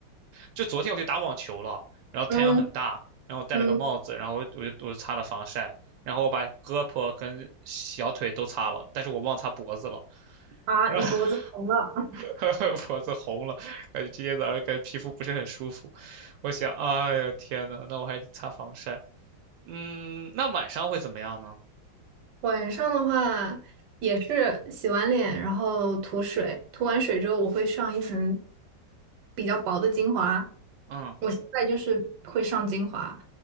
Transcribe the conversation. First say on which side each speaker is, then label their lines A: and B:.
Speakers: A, on the right (about 85°); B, on the right (about 70°).
A: 就昨天我去打网球了，然后太阳很大，
B: 嗯
A: 然后我戴了个帽子，
B: 嗯，
A: 然后我就我就擦了防晒，然后我把胳膊跟小腿都擦了，但是我忘擦脖子了。
B: 啊。
A: <laughs>
B: 你脖子疼了，
A: <laughs> 脖子红了，感觉今天早上感觉皮肤不是很舒服。我想，哎呀，天呐，那我还得擦防晒。嗯，那晚上会怎么样呢？
B: 晚上的话也是洗完脸，然后涂水，涂完水之后我会上一层比较薄的精华。
A: 嗯，
B: 我现在就是会上精华，